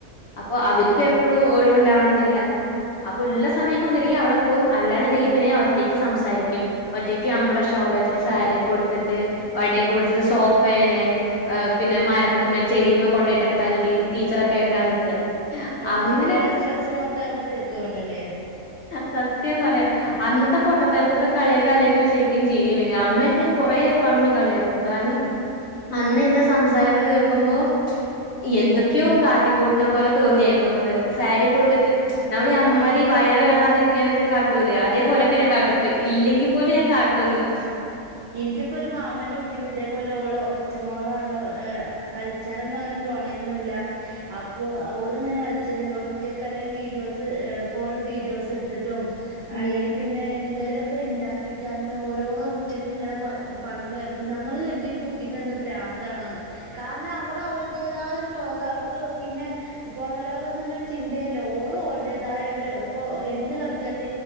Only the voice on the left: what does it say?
അപ്പൊ അവർക്കും
എപ്പോഴും ഒഴിവുണ്ടാവണ മെന്നില്ല അപ്പോ ഉള്ള സമയൊക്കെ ഒന്നൂല്ലങ്കിൽ അവിടെ പോവും അല്ലാന്നുണ്ടെങ്കിൽ പിന്നെ ഒറ്റക്ക് സംസാരിക്കും ഒറ്റക്ക് നമ്മടെ ഷോള് വെച്ചിട്ട് സാരിയൊക്കെ ഉടുത്തിട്ട് വടിയൊക്കെ പിടിച്ചിട്ട് സോഫേനെ പിന്നെ മരത്തിന്മേ ചെടിയന്മേ കൊണ്ടെയിട്ടൊക്കെ തല്ലി ടീച്ചറൊക്കെ ആയിട്ടാ നിക്കാ.
അങ്ങനെ
<unintelligible> സത്യം പറയാം അന്നത്തെ പൊട്ടത്തരത്തത്തെ കളിയൊക്കൊ ആലോചിക്കുമ്പോ ശരിക്കും ചിരി വരും അമ്മയൊക്കെ കൊറെ പറഞ്ഞ് കളിയാക്കും കാരണം അന്ന് എന്റെ സംസാരമൊക്കെ കേൾക്കുമ്പോ എന്തൊക്കെയോ കാട്ടിക്കൂട്ടണ പോലെ തോന്നിയായിരുന്നു എന്ന് സാരിയൊക്കെ ഉടുത്തിട്ട് നമ്മളീ
അമ്മമാർ
വയറ് ഈ കാണാതിരിക്കാനൊക്കെ <unintelligible> കാട്ടൂലേ അതേപോലൊക്കെ
ഞാൻ കാട്ടുത്രെ
ഇ ഇല്ലെങ്കി പോലെ ഞാൻ കാട്ടൊന്ന്
ഉം.